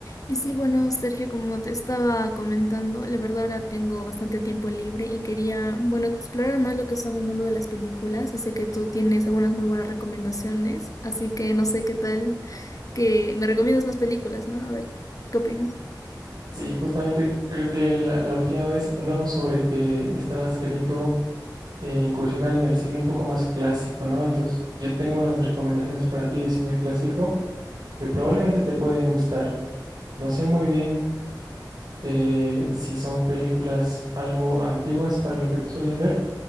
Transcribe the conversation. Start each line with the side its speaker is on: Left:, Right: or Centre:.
Left: Y sí, bueno, Sergio, como te estaba comentando, la verdad ahora tengo bastante tiempo libre y quería, bueno, explorar más lo que son el mundo de las películas y sé que tú tienes algunas muy buenas recomendaciones, así que no sé qué tal que me recomiendas más películas, ¿no? A ver, ¿qué opinas?
Right: Sí, justamente creo que la, la última vez hablamos sobre que estabas queriendo eh, incursionar en el cine un poco más clásico, ¿no? Entonces yo tengo unas recomendaciones para ti de cine clásico que probablemente te pueden gustar. No sé muy bien eh, sí son películas algo antiguas para lo que tú sueles ver,